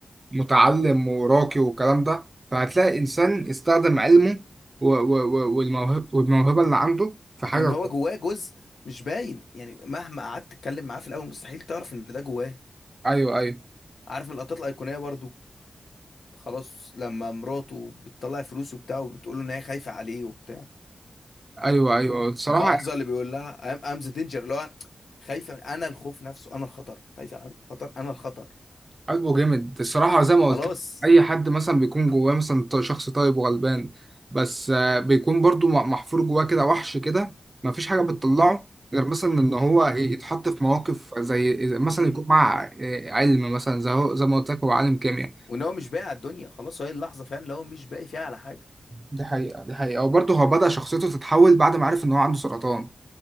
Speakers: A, on the right; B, on the left.
A: متعلم وراقي والكلام ده فهتلاقي إنسان يستخدم علمه و- و- و- والموهب- والموهبة اللي عنده في حاجة
B: وان هو
A: كويسة.
B: جواه جزء مش باين يعني مهما قعدت تتكلم معاه في الاول مستحيل تعرف ان ده جواه
A: أيوه أيوه
B: عارف من اللقطات الايقونيه برضو خلاص لما مراته بتطلع فلوس وبتاع وبتقول له ان هي خايفه عليه وبتاع
A: أيوه أيوه الصراحة
B: اللحظه اللي بيقول لها ام ذا دينجر اللي هو خايفه من انا الخوف نفسه انا الخطر خايفه انا الخطر انا الخطر
A: قلبه جامد الصراحة زي ما قلت
B: خلاص
A: لك، أي حد مثلا بيكون جواه مثلا ط- شخص طيب وغلبان بس آه، بيكون برضو مح- محفور جواه كده وحش كده مفيش حاجة بتطلعه غير مثلا إن هو يتحط في مواقف زي زي مثلا
B: م-م.
A: يكون مع آه، علم مثلا زي هو زي ما قلت لك هو عالم كيمياء
B: وان هو مش باقي على الدنيا خلاص هي اللحظه فعلا اللي هو مش باقي فيها على حاجه
A: دي حقيقة دي حقيقة وبرضه هو بدأ شخصيته تتحول بعد ما عرف إن هو عنده سرطان